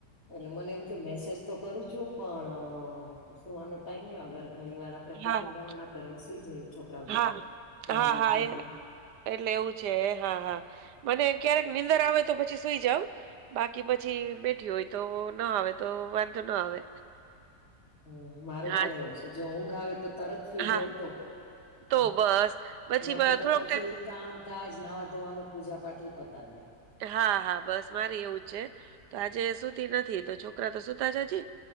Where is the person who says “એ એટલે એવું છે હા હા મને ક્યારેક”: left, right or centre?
Right